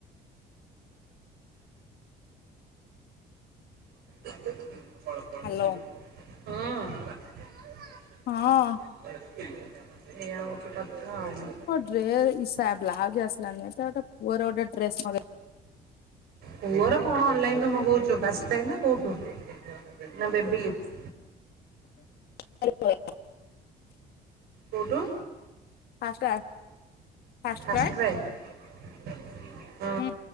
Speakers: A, on the right; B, on the left.
A: ହୁଁ।
B: Hello ହଁ।
A: ଏଇଆ ହେଉଛି କଥା ଆଉ‌ କଣ।
B: ଟ୍ରେ ଇସା ବ୍ଲାଉଜ୍ ଆସିଲାନି ଏଟା ଗୋଟେ ପୁଅର ଗୋଟେ ଡ୍ରେସ୍‌ ମଗେଇ
A: ପୁଅର କଣ ଅନଲାଇନ୍‌ ରୁ ମଗଉଛୁ ଫାସ୍ଟ କ୍ରାଇ ନା କୋଉଠୁ, ନା ବେବିଲିପ୍
B: <inaudible>
A: କୋଉଠୁ?
B: First ଫାଷ୍ଟକ୍ରାଏ
A: first cry. <unintelligible>
B: ହୁଁ।